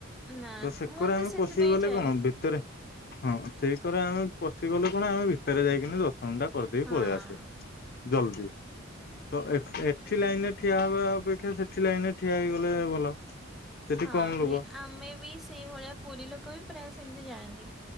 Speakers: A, in the centre; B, on the left.
A: ନା
B: ତ ସେକରେ
A: ମୁଁ ତ
B: ଆମେ
A: ସେଥିପାଇଁ
B: ପଶିକି ଗଲେ
A: ଯାଏ।
B: କଣ ବେ ଭିତରେ ହଁ ସେଇକରେ ଆମେ ପଶିଗଲୁ କଣ ଆମେ ଭିତରେ ଯାଇକିନି ଦ ର୍ଶନ ଟା କରିଦେଇକି
A: ହଁ
B: ପଳେଇ ଆସୁ ଜଲ୍ଦୀ। ତ ଏଠ ଏଠି
A: ହୁଁ।
B: ଲାଇନରେ ଠିଆ ହବା ଅପେକ୍ଷା ସେଠି ଲାଇନରେ ଠିଆ ହେଇଗଲେ ଭଲ। ସେଠି
A: ହଁ
B: କମ ଲୋକ
A: ନାଇ ଆମେ ବି ସେଇ ଭଳିଆ ପୁରୀ ଲୋକ ବି ପ୍ରାୟ ସେମତି ଯାଆନ୍ତି।